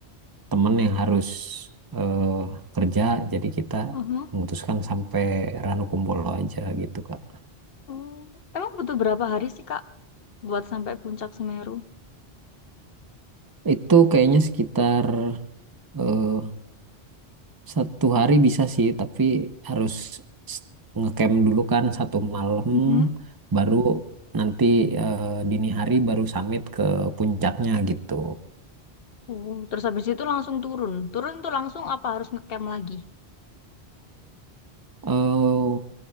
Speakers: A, on the right; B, on the left.
A: temen yang harus eh, kerja jadi kita
B: Mhm.
A: memutuskan sampai Ranukumbolo aja gitu Kak.
B: Oh, Emang butuh berapa hari sih Kak buat sampai puncak Semeru?
A: Itu kayaknya sekitar eh, Satu hari bisa sih, tapi harus s- ngecamp dulu kan satu malam,
B: Mhm.
A: baru nanti eh, dini hari baru summit ke puncaknya gitu.
B: Oh, terus habis itu langsung turun. Turun tuh langsung apa harus ngecamp lagi?
A: eh